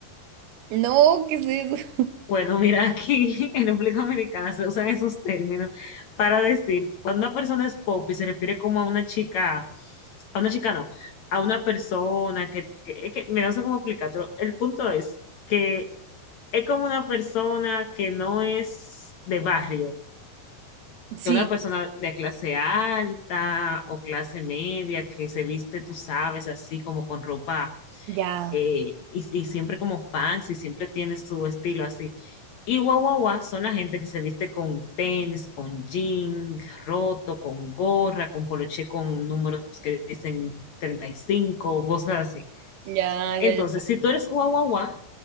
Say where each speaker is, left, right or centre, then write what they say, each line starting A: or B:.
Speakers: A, on the right; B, on the left.
A: No, ¿qué es eso?
B: Bueno, mira, aquí <laughs> en República Dominicana se usan esos términos para decir cuando una persona es pop y se refiere como a una chica, a una chica no, a una persona que, que, que- mira, no sé cómo explicarlo. El punto es que es como una persona que no es de barrio,
A: Sí,
B: que una persona de clase alta o clase media que se viste, tú sabes, así como con ropa
A: ya,
B: eh, y, y siempre como fancy, siempre tiene su estilo así. Y guau, guau, guau, son la gente que se viste con tenis, con jean roto, con gorra, con poloché con números que dicen 35, cosas así.
A: ya,
B: Entonces,
A: ya, ya.
B: si tú eres guau, guau, guau,